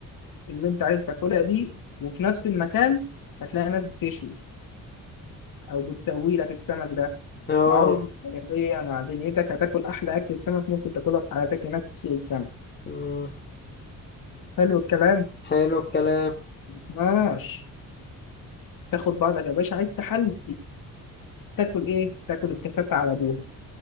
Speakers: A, on the left; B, on the left.
A: اللي انت عايز تاكلها دي وفي نفس المكان هتلاقي ناس بتشوي او بتسوي لك السمك ده
B: اه
A: مع رز بلدية مع دنيتك هتاكل احلى اكلة سمك ممكن تاكلها في حياتك هناك في سوق السمك
B: مم،
A: حلو الكلام
B: حلو الكلام
A: ماشي تاخد بعضك يا باشا عايز تحلي تاكل ايه تاكل الكاسات على ابوها